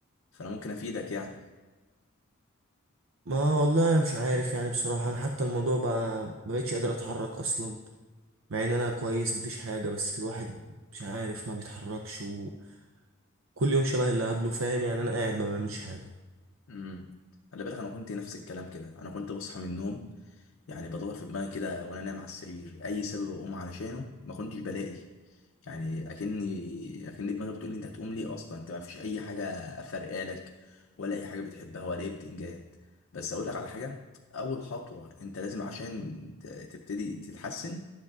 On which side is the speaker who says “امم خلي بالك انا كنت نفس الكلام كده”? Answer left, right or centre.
Left